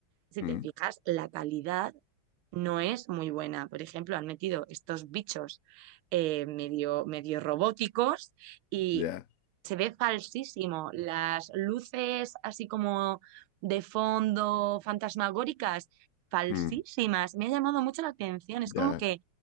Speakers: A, on the right (about 85°); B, on the left (about 60°).
A: si
B: Mm,
A: te fijas, la calidad no es muy buena. Por ejemplo, han metido estos bichos eh, medio, medio robóticos y
B: Ya.
A: se ve falsísimo. Las luces así como de fondo, fantasmagóricas, falsísimas.
B: Mm,
A: Me ha llamado mucho la atención. Es
B: Ya.
A: como que,